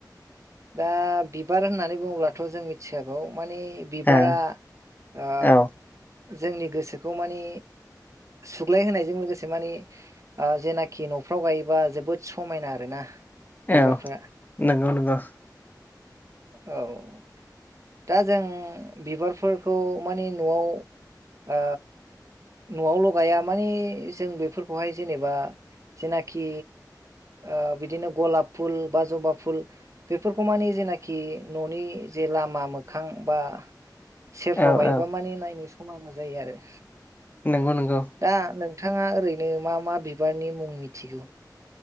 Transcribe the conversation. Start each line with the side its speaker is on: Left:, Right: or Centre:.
Right: दा बिबार होननानै बुङोब्लाथ' जों मिथिगौ। माने बिबारा
Left: ओ
Right: ओ
Left: औ
Right: जोंनि गोसोखौ माने। सुग्लाय होनायजों लोगोसे मानि ओ जेनाखि न'फ्राव गायोबा जोबोद समायना आरोना। बिबारफोरा
Left: औ नंगौ नंगौ।
Right: औ दा जों बिबारफोरखौ मानि। न'आव ओ। न'आवल' गाया मानि जों बेफोरखौहाय जेनेबा जेनाखि। ओ बिदिनो गलाब फुल बा जबा फुल। बेफोरखौ मानि जेनाखि न'नि जे लामा मोखां बा। सेरफ्राव
Left: औ
Right: गायोबा
Left: औ
Right: माने नायनो समायना जायो आरो।
Left: नंगौ नंगौ।
Right: दा नोंथाङा ओरैनो मा मा बिबारनि मुं मिथिगौ?